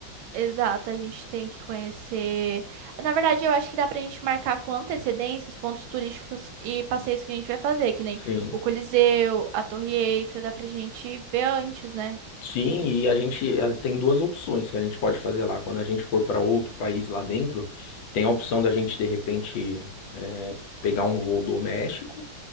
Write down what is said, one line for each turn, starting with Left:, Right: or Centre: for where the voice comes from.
Right: Exato, a gente tem que conhecer. Na verdade, eu acho que dá pra gente marcar com antecedência os pontos turísticos e passeios que a gente vai fazer, que nem
Left: Sim.
Right: o Coliseu, a Torre Eiffel, dá pra gente ver antes, né?
Left: Sim, e a gente eh, tem duas opções que a gente pode fazer lá. Quando a gente for para outro país lá dentro, tem a opção da gente, de repente, eh, pegar um voo doméstico,